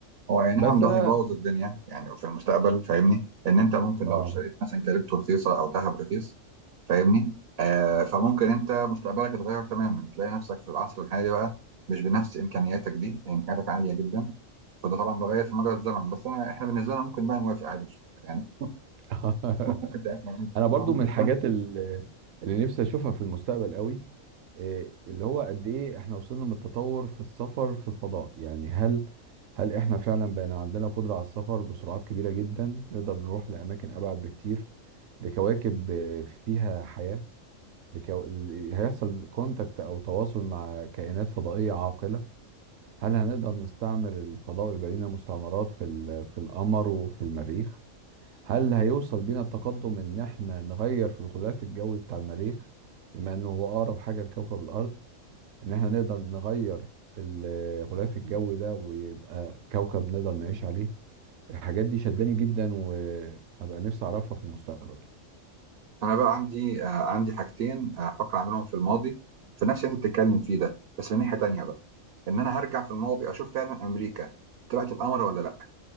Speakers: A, on the right (about 60°); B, on the right (about 75°).
A: هو اي نعم
B: بس
A: ده
B: انا
A: هيبوظ الدنيا يعني في المستقبل فاهمني ان انت ممكن
B: اه
A: لو اشتريت مثلا كريبتو رخيصه او ذهب رخيص فاهمني آه فممكن انت مستقبلك يتغير تماما تلاقي نفسك في العصر الحالي بقى مش بنفس امكانياتك دي امكانياتك عاليه جدا فده طبعا ده غير في مجرى الزمن بس أنا احنا بالنسبه لنا ممكن بقى نوافق عادي مش مشكله يعني
B: <laughs>
A: ممكن ساعتها نعمل
B: انا برضو
A: نعمل
B: من الحاجات
A: الزمن
B: ال- اللي نفسي اشوفها في المستقبل قوي إيه اللي هو قد ايه احنا وصلنا من التطور في السفر في الفضاء يعني هل هل احنا فعلا بقينا عندنا قدرة على السفر بسرعات كبيرة جدا نقدر نروح لأماكن أبعد بكتير لكواكب آه، فيها حياة لكو... ال- هيحصل كونتاكت أو تواصل مع كائنات فضائية عاقلة هل هنقدر نستعمر الفضاء ويبقى لنا مستعمرات في ال... في القمر وفي المريخ هل هيوصل بينا التقدم إن احنا نغير في الغلاف الجوي بتاع المريخ بما إنه هو أقرب حاجة لكوكب الأرض ان احنا نقدر نغير الغلاف الجوي ده ويبقى كوكب نقدر نعيش عليه الحاجات دي شداني جدا وابقى نفسي اعرفها في المستقبل
A: انا بقى عندي آه، عندي حاجتين آه، هفكر اعملهم في الماضي في نفس اللي انت بتتكلم فيه ده بس من ناحيه تانيه بقى ان انا هرجع في الماضي اشوف فعلا امريكا طلعت القمر ولا لا